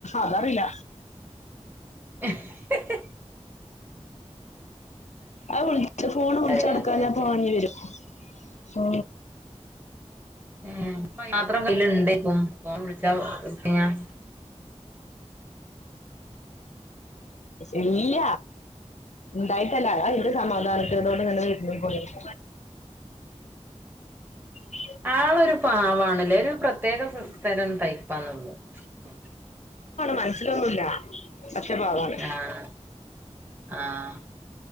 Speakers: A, on the left; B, on the right.
A: അതറിയില്ല
B: ഹി ഹി
A: അത് വിളിച്ച ഫോണ് വിളിച്ച
B: പറയാ
A: എടുക്കാ
B: അങ്ങനെയൊക്കെ
A: ഞാൻ പോവേണ്ടി വരും ഓ
B: ഉം <unintelligible>
A: ഇല്ല ഉണ്ടായിട്ടല്ല അതാ ഇവിടെ സമാധാനതോടെ കൂടെ ഇവിടെ <unintelligible>
B: ആളൊരു പാവാണല്ലേ ഒരു പ്രത്യേക തരം ടൈ <unintelligible>
A: മനസ്സിലൊന്നുല്ല പറ്റ പാവാണ്.
B: ആഹ് ആഹ്